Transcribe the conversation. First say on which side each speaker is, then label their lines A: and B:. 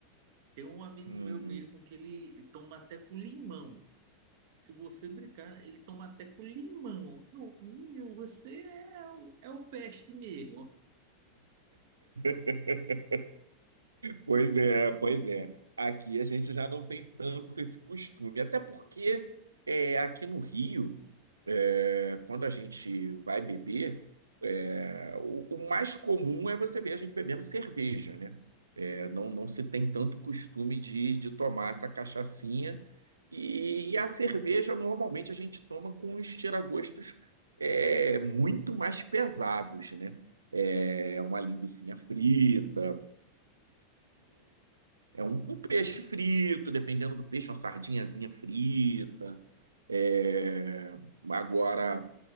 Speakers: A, on the right; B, on the right.
A: Tem um amigo
B: Uhum.
A: meu mesmo que ele toma até com limão. Se você brincar, ele toma até com limão. Eu, "Menino, você é, o- é o peste mesmo.
B: <laughs> Pois é, pois é. Aqui a gente já não tem tanto esse costume, até porque é, aqui no Rio, é, quando a gente vai beber, é, o, o mais comum é você ver a gente bebendo cerveja, né? Não, não se tem tanto costume de, de tomar essa cachaçinha. E, e a cerveja, normalmente, a gente toma com os tiragostos é, muito mais pesados, né? É uma linguiça frita, é um, um peixe frito, dependendo do peixe, uma sardinhazinha frita. É, agora,